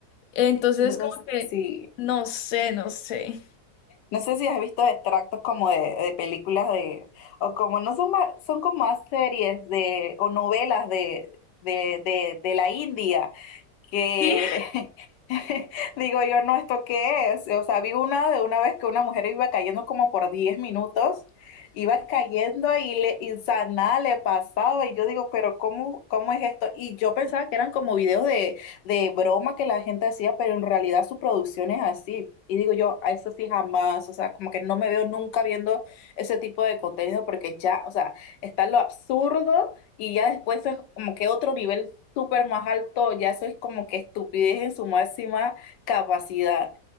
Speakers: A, on the left (about 65°); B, on the left (about 85°).
A: Entonces,
B: No, no
A: como
B: s-
A: que,
B: sí.
A: no sé, no sé.
B: No sé si has visto extractos como de, de películas de, o como no son más, son como más series de, o novelas de, de, de, de la India que
A: Sí,
B: <laughs> Digo yo, no, ¿esto qué es? O sea, vi una de una vez que una mujer iba cayendo como por 10 minutos, iba cayendo y, le, y o sea, nada le pasaba. Y yo digo, pero ¿cómo, cómo es esto? Y yo pensaba que eran como videos de, de broma que la gente hacía, pero en realidad su producción es así. Y digo yo, a eso sí jamás, o sea, como que no me veo nunca viendo ese tipo de contenido porque ya, o sea, está lo absurdo y ya después es como que otro nivel súper más alto, ya eso es como que estupidez en su máxima capacidad.